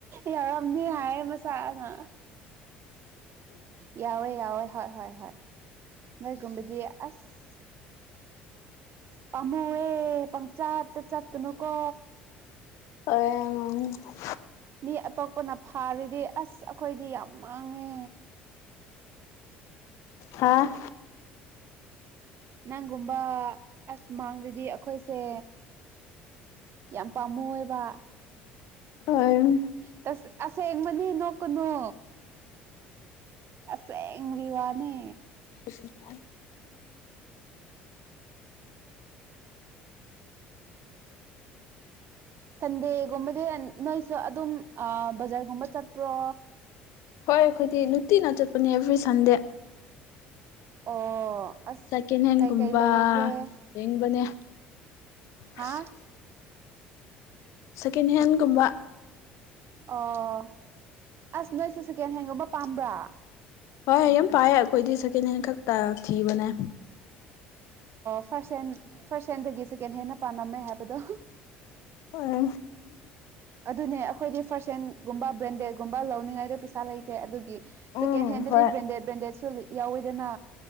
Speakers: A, on the right; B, on the left.
A: ꯌꯥꯎꯔꯝꯅꯤ ꯍꯥꯏꯕ ꯃꯁꯥꯅ ꯌꯥꯎꯋꯦ ꯌꯥꯎꯋꯦ ꯍꯣꯏ ꯍꯣꯏ ꯍꯣꯏ ꯅꯣꯏ ꯀꯨꯝꯕꯗꯤ ꯑꯁ ꯄꯥꯝꯃꯨꯢꯑꯦ ꯄꯪꯆꯠ ꯇ ꯆꯠꯀꯅꯨ ꯀꯣ
B: ꯑ <unintelligible>
A: ꯃꯤ ꯑꯇꯣꯞꯄꯅ ꯐꯥꯔꯤꯗꯤ ꯑꯁ ꯑꯩꯈꯣꯏꯗꯤ ꯌꯥꯝ ꯃꯥꯡꯉꯦ
B: ꯍꯥ
A: ꯅꯪꯒꯨꯝꯕ ꯑꯁ ꯃꯥꯡꯗꯗꯤ ꯑꯩꯈꯣꯏꯁꯦ ꯌꯥꯝ ꯄꯥꯝꯃꯨꯢꯑꯦꯕ
B: ꯍꯣꯏ ꯎꯝ
A: ꯇꯁ ꯑꯁꯦꯡꯕꯅꯤ ꯅꯣꯛꯀꯅꯨ ꯑꯁꯦꯡꯕꯒꯤ ꯋꯥꯅꯦ
B: ꯄꯨꯁꯤ <unintelligible>
A: ꯁꯟꯗꯦꯒꯨꯝꯕꯗꯤ ꯅꯣꯏꯁꯨ ꯑꯗꯨꯝ ꯕꯖꯥꯔꯒꯨꯝꯕ ꯆꯠꯄ꯭ꯔꯣ
B: ꯍꯣꯏ ꯑꯩꯈꯣꯏꯗꯤ ꯅꯨꯡꯇꯤꯅ ꯆꯠꯄꯅꯦ ꯑꯦꯕ꯭ꯔꯤ ꯁꯟꯗꯦ
A: ꯑꯣ ꯑꯁ
B: ꯁꯦꯀꯦꯟ ꯍꯦꯟꯒꯨꯝꯕ
A: ꯀꯩꯀꯩ ꯂꯩꯔꯤꯒꯦ
B: ꯌꯦꯡꯕꯅꯦ
A: ꯍꯥ
B: ꯑꯁ ꯁꯦꯀꯦꯟ ꯍꯦꯟꯒꯨꯝꯕ
A: ꯑꯣ ꯑꯁ ꯅꯣꯏꯁꯨ ꯁꯦꯀꯦꯟ ꯍꯦꯟꯒꯨꯝꯕ ꯄꯥꯝꯕ꯭ꯔꯥ
B: ꯍꯣꯏ ꯍꯣꯏ ꯌꯥꯝ ꯄꯥꯏꯑꯦ ꯑꯩꯈꯣꯏꯗꯤ ꯁꯦꯀꯦꯟ ꯍꯦꯟ ꯈꯛꯇ ꯊꯤꯕꯅꯦ
A: ꯐꯥꯔꯁ ꯍꯦꯟ ꯐꯥꯔꯁ ꯍꯦꯟꯗꯒꯤ ꯁꯦꯀꯦꯟ ꯍꯦꯟꯅ ꯄꯥꯝꯃꯥꯝꯃꯦ ꯍꯥꯏꯕꯗꯣ
B: ꯍꯣꯢ
A: ꯑꯗꯨꯅꯦ ꯑꯩꯈꯣꯏꯗꯤ ꯐꯥꯔꯁ ꯍꯦꯟꯒꯨꯝꯕ ꯕ꯭ꯔꯦꯟꯗꯦꯗꯒꯨꯝꯕ ꯂꯧꯅꯤꯡꯉꯥꯏꯗꯣ ꯄꯩꯁꯥ ꯂꯩꯇꯦ ꯑꯗꯨꯒꯤ
B: ꯎꯝ
A: ꯁꯦꯀꯦꯟ ꯍꯦꯟꯗꯗꯤ
B: ꯍꯣꯏ
A: ꯕ꯭ꯔꯦꯟꯗꯦꯠ ꯕ꯭ꯔꯦꯟꯗꯦꯗꯁꯨ ꯌꯥꯎꯋꯤꯗꯅ